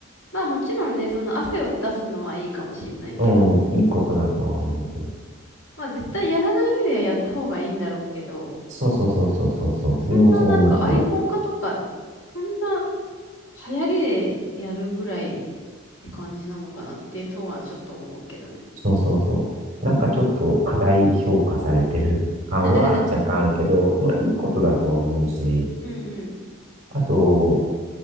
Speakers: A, on the left; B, on the right.
A: まあもちろんね、その汗を出すのはいいかもしんないけど、
B: うん、いいことだとは思うけど。
A: まあ絶対やらないよりはやった方がいいんだろうけど、
B: そうそうそうそうそうそう。自分もそう思ってる。
A: そんななんか愛好家とか、そんな流行りでやるぐらいって感じなのかなってとはちょっと思うけどね。
B: そうそうそう。なんかちょっと過大評価されてる感は若干あるけど、
A: <laughs>
B: まあいいことだとは思うし、
A: うんうん。
B: あと、